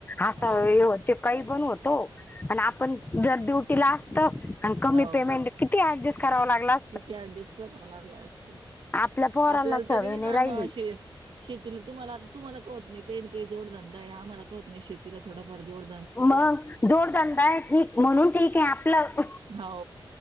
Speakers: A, on the left; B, on the right.
A: असं
B: हो
A: ते काही पण होतो आणि आपण जर ड्युटीला असत आणि कमी
B: हो
A: पेमेंट किती ऍडजस्ट कराव लागला
B: किती ऍडजस्ट करावं लागला असत
A: आपल्या पोरांना
B: आपल्याला
A: सवय
B: तरी नाही जाणं
A: राहिली
B: असे शेतीला तुम्हाला आता तुमला कत नाही काही काही जोडधंदा आहे आम्हाला कत नाही शेला थोडाफार जोड
A: मग जोडधंदा आहे ठीक म्हणून ठीक आहे आपलं
B: हो